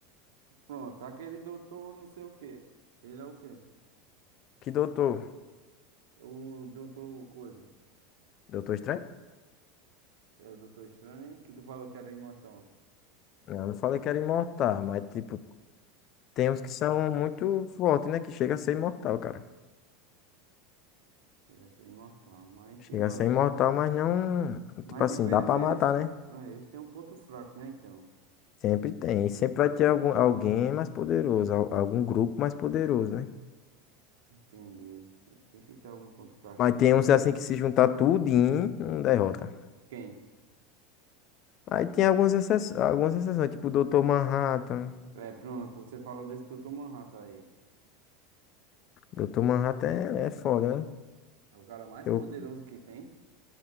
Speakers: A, on the right (about 70°); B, on the left (about 45°).
A: pronto. Aquele doutor não sei o quê. Ele é o quê?
B: Que doutor?
A: O doutor coisa.
B: Doutor Estranho?
A: É o doutor estranho que tu falou que era imortal.
B: Não, eu não falei que era imortal, mas tipo, Tem uns que são muito fortes, né? Que chega a ser imortal, cara.
A: Chega a ser imortal, mas
B: Chega
A: tipo
B: a
A: assim.
B: ser imortal, mas não.
A: Mas
B: Tipo assim,
A: tipo,
B: dá
A: eles,
B: pra
A: eles,
B: matar, né?
A: é, eles têm um ponto fraco, né? Então.
B: Sempre tem. E sempre
A: En-
B: vai ter algum, alguém mais poderoso, al- algum grupo mais poderoso, né?
A: Entendi. Eles têm- Tem que ter algum ponto fraquinho,
B: Mas tem
A: né? Então.
B: uns assim que se juntar tudinho, não derrota.
A: Quem?
B: Aí tem algumas exceções, algumas exceções, tipo o Dr. Manhattan.
A: É, pronto, você falou desse Dr. Manhattan aí.
B: Dr. Manhattan é, é foda, né?
A: É o cara mais
B: Que
A: poderoso
B: eu-
A: que tem.